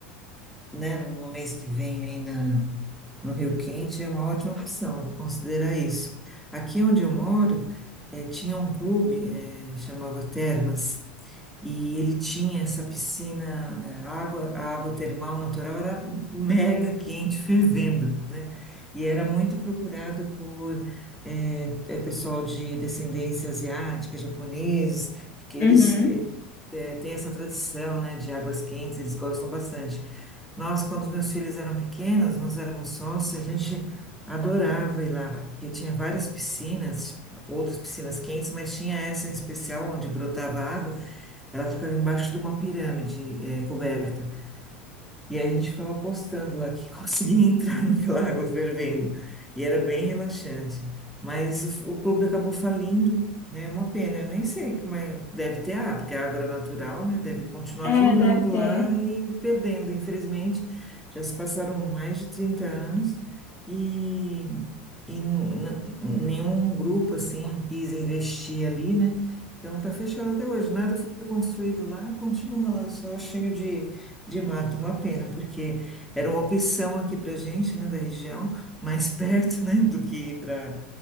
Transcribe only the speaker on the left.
Uhum.
É,
deve ter.